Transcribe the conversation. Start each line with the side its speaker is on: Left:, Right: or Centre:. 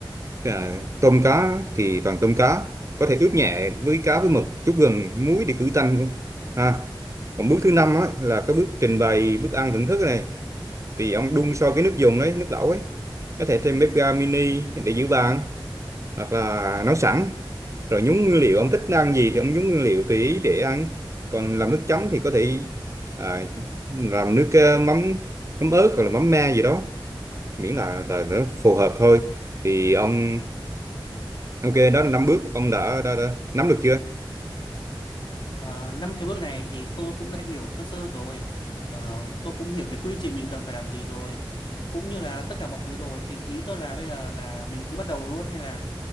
Right: à, tôm cá thì toàn tôm cá có thể ướp nhẹ với cá với mực chút gừng muối để khử tanh luôn ha còn bước thứ năm á là cái bước trình bày bức ăn thưởng thức này thì ông đun sôi cái nước dùng đấy nước lẩu ấy có thể trên bếp ga mini để giữ bàn hoặc là nấu sẵn rồi nhúng nguyên liệu ông thích ăn gì thì ông nhúng nguyên liệu tùy ý để ăn còn làm nước chấm thì có thể à, làm nước ờ, mắm mắm ớt hoặc là mắm me gì đó miễn là là nó phù hợp thôi thì ông ok đó là năm bước ông đã, đã, đã nắm được chưa
Left: Ờ, năm cái bước này thì tôi cũng đã hiểu sơ sơ rồi Ờ, tôi cũng hiểu cái quy trình mình cần phải làm gì rồi cũng như là tất cả mọi thứ rồi thì ý tôi là bây giờ là mình cứ bắt đầu luôn hay là